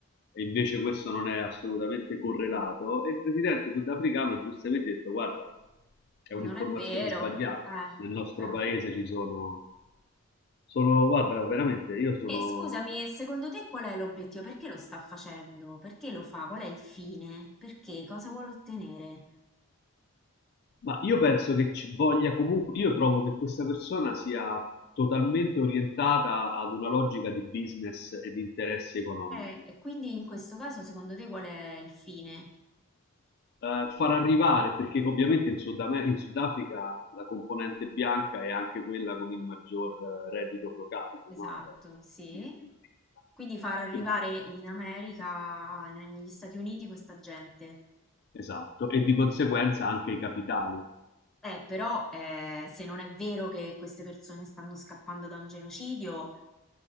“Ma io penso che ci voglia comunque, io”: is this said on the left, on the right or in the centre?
Left